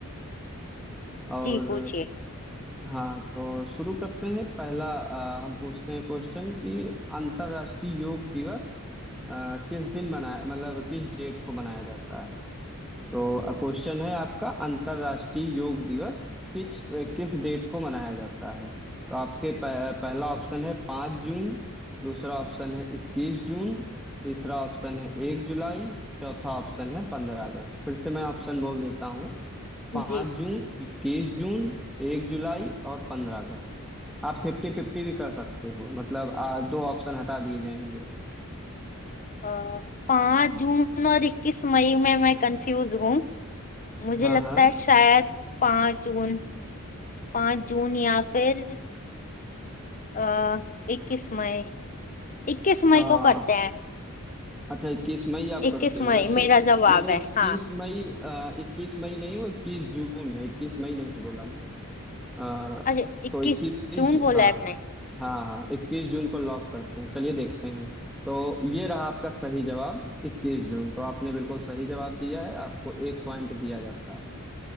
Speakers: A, in the centre; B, on the left (about 35°).
A: और
B: जी पूछिए
A: हाँ तो शुरू करते हैं पहला अ, हम पूछते हैं क्वेश्चन कि अंतर्राष्ट्रीय योग दिवस अ, किस दिन मनाया मतलब किस डेट को मनाया जाता है तो क्वेश्चन है आपका अंतर्राष्ट्रीय योग दिवस किस किस डेट को मनाया जाता है तो आपके प, पहला ऑप्शन है पाँच जून दूसरा ऑप्शन है इक्कीस जून तीसरा ऑप्शन है एक जुलाई चौथा ऑप्शन है पंद्रह अगस्त फिर से मैं ऑप्शन बोल देता हूँ पाँच
B: जी
A: जून इक्कीस जून एक जुलाई और पंद्रह अगस्त आप फिफ्टी फिफ्टी भी कर सकते हो मतलब आ, दो ऑप्शन हटा दिए जाएंगे
B: पाँच जून और इक्कीस मई में मैं कंफ्यूज हूँ मुझे
A: हाँ
B: लगता
A: हाँ
B: है शायद पाँच जून पाँच जून या फिर आ, इक्कीस मई इक्कीस
A: हाँ
B: मई को करते हैं
A: अच्छा इक्कीस मई आप
B: इक्कीस
A: करते हो
B: मई
A: वैसे
B: मेरा जवाब
A: मैंने
B: है
A: इक्कीस
B: हाँ
A: मई आ, इक्कीस मई नहीं वो इक्कीस जून है इक्कीस मई नहीं बोला मैंने आ,
B: अरे इक्कीस
A: तो इक्कीस
B: जून बोला
A: हाँ
B: है आपने
A: हाँ हाँ इक्कीस जून को लॉक करते हैं चलिए देखते हैं तो ये रहा आपका सही जवाब इक्कीस जून तो आपने बिल्कुल सही जवाब दिया है आपको एक पॉइंट दिया जाता है